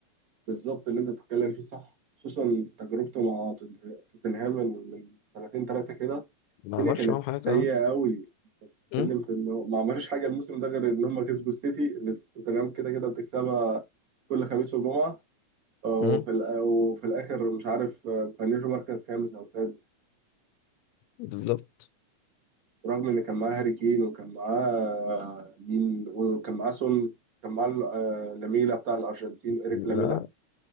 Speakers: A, on the right (about 40°); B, on the left (about 75°).
A: بالظبط اللي انت بتتكلم فيه صح خصوصا في تجربته مع توت- توتنهام من من سنتين ثلاثة كده
B: ما
A: الدنيا
B: عملش
A: كانت
B: معاهم حاجة
A: سيئة قوي اتكلم
B: امم
A: في انه ما عملوش حاجة الموسم ده غير ان هم كسبوا السيتي اللي توتنهام كده كده بتكسبها كل خميس وجمعة آه، وفي
B: امم
A: الآ- وفي الآخر مش عارف آه، فنشوا مركز خامس أو سادس
B: بالظبط
A: رغم إن كان معاه هاري كين وكان معاه آه، مين وكان معاه سون كان معاه آه، لاميلا بتاع الأرجنتين إيريك
B: لا
A: لاميلا